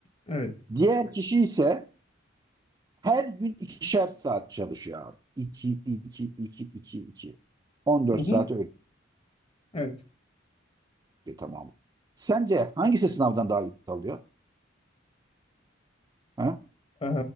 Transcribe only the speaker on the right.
Diğer kişi ise her gün ikişer saat çalışıyor abi. iki iki iki iki. iki. On dört
saati
öyle tamam. Sence hangisi sınavdan daha iyi not alıyor? Ha?